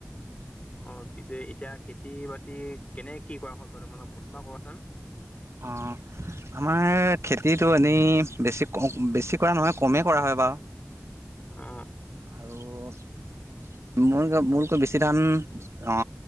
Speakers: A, on the left (about 25°); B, on the right (about 60°).
A: অ পিছে এতিয়া খেতি-বাতি কেনে কি কৰা হয় বাৰু তোমালে প্ৰথমপা কোৱাচোন।
B: অঁ আমাৰ খেতিটো এনেই বেছি ক বেছি কৰা নহয় কমেই কৰা হয় বাও
A: অ।
B: অঁ, মোৰ গাঁৱত মোতকৈ বেছি ধান অ